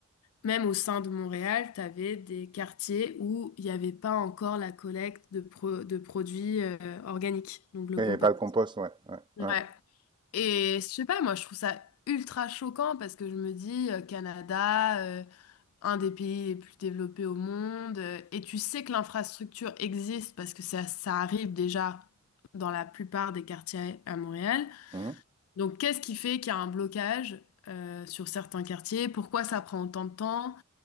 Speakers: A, on the left; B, on the right.
A: Même au sein de Montréal, tu avais des quartiers où il n'y avait pas encore la collecte de, pro- de produits euh, organiques, donc le
B: Et
A: compost.
B: pas le compost, ouais. ouais,
A: Ouais.
B: ouais.
A: Et je sais pas, moi je trouve ça ultra choquant parce que je me dis, euh, Canada, euh, un des pays les plus développés au monde, euh, et tu sais que l'infrastructure existe parce que ça, ça arrive déjà dans la plupart des quartiers à Montréal.
B: Mhm,
A: Donc, qu'est-ce qui fait qu'il y a un blocage euh, sur certains quartiers? Pourquoi ça prend autant de temps?